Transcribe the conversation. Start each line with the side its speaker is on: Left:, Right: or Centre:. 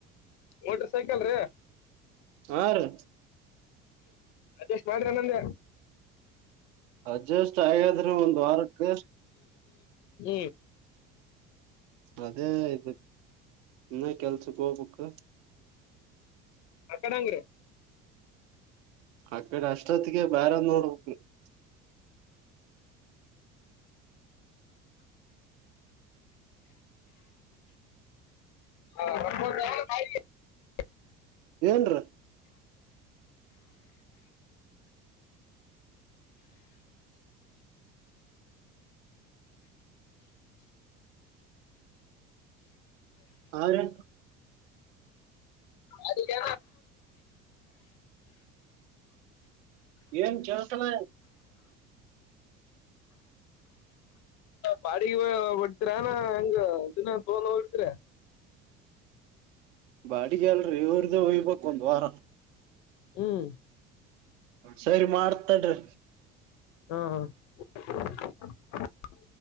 Left: ಮೋಟರ್ ಸೈಕಲ್ ರೀ
Right: ಹ ರಿ
Left: ಅಷ್ಟ್ ಮಾಡ್ರ ನಂದ
Right: ಅಡ್ಜಸ್ಟ್ ಆಯಾದ್ರೆ ಒಂದ್ ವಾರಕ್ಕೆ
Left: ಹ್ಮ
Right: ಅದೇ ಇ ಇನ್ನ ಕೆಲ್ಸಕ್ ಹೋಗ್ಬಕ್
Left: ಅಕಡ ಹಂಗ್ರಿ
Right: ಆಕಡೆ ಅಷ್ಟೊತ್ತಿಗೆ ಬೇರ ನೋಡ್ಬೇಕು <inaudible> <inaudible>
Left: ಹ ಒ <unintelligible>
Right: ಏನು ಹರೆ
Left: ಅಲ್ಲ
Right: ಏನ್ ಕೇಳತೀಲ
Left: ಬಾಡಿಗೆ ಬಡ್ತರನ ಹೆಂಗ ದಿನ ತೋಲ್ ಹ ಬಿಡ್ತರಿ
Right: ಬಾಡಿಗೆ ಅಲ್ರರಿ ಇವ್ರ್ದ ಹಯ್ಬೇಕಕ್ ಒಂದ್ ವಾರ
Left: ಹ್ಮ್
Right: ಸರಿ ಮಾಡ್ತಾಡ್ರಿ
Left: ಹಾ